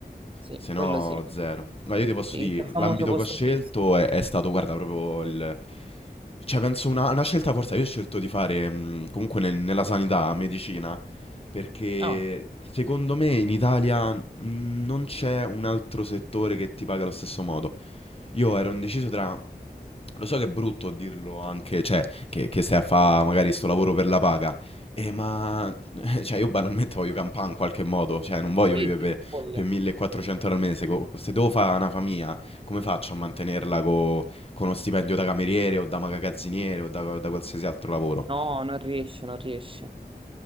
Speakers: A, on the right; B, on the left.
A: Sì,
B: Se
A: quello
B: no,
A: sì.
B: zero. Ma io ti posso
A: Sì,
B: dire,
A: il famoso
B: l'ambito
A: posto
B: che ho scelto
A: fisso.
B: è, è stato, guarda, proprio il... Cioè, penso una, una scelta forse, io ho scelto di fare mh, comunque nel- nella sanità, medicina, perché
A: Ah,
B: secondo me in Italia Mm, Non c'è un altro settore che ti paga allo stesso modo. Io ero indeciso tra... Lo so che è brutto dirlo anche, cioè, che, che stai a fare magari sto lavoro per la paga. Eh, ma... <laughs> Cioè, io banalmente voglio campare in qualche modo. Cioè, non voglio
A: sì,
B: vivere
A: sì,
B: per,
A: voglio.
B: per 1400 euro al mese. co- Se devo fare una famiglia, come faccio a mantenerla co- con uno stipendio da cameriere o da magazziniere o da, da qualsiasi altro lavoro?
A: No, non riesce, non riesce.